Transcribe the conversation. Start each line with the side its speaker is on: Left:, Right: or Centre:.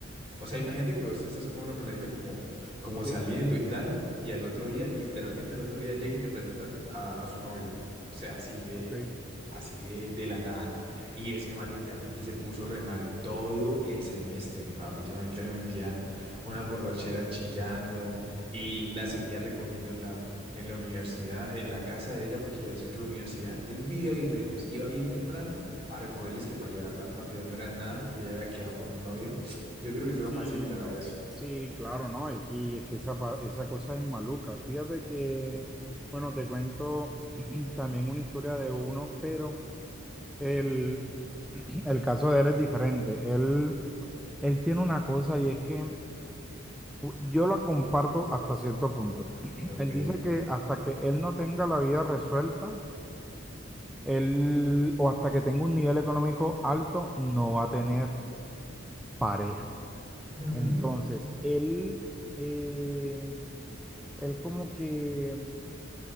Right: O sea, imagínate que vos estás con una peladita como, como
Centre: sí,
Right: saliendo y tal, y al otro día, literalmente al otro día llega y te presenta a, a su novio. O sea, así de,
Centre: ok.
Right: así de, de la nada. Y ese man literalmente se puso re mal todo el semestre. Papi, ese marica se metía unas borracheras chillando y la seguía recogiendo en la, en la universidad, en la casa de ella, porque iba cerca de la universidad. Él vivía bien lejos, iba bien temprano a recogerles que para llevarla cuando ya no era nada y ya había quedado con un novio. Yo creo que es lo
Centre: Sí,
Right: más similar
Centre: no,
Right: a eso.
Centre: sí, claro, no, es que, es que esa, pa- esa cosa es maluca. Fíjate que, bueno, te cuento <clears throat> también una historia de uno, pero el, <clears throat> el caso de él es diferente. Él, él tiene una cosa y es que u- yo la comparto hasta cierto punto. <clears throat>
Right: Ok.
Centre: Él dice que hasta que él no tenga la vida resuelta, él, o hasta que tenga un nivel económico alto, no va a tener pareja.
Right: Ujú.
Centre: Entonces, él... eh, Él como que